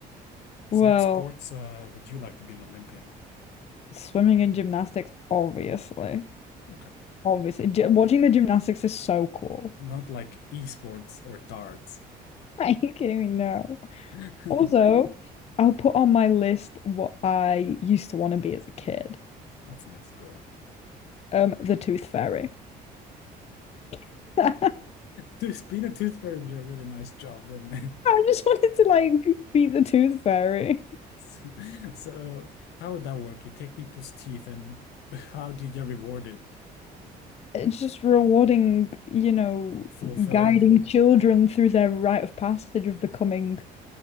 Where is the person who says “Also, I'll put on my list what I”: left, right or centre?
Left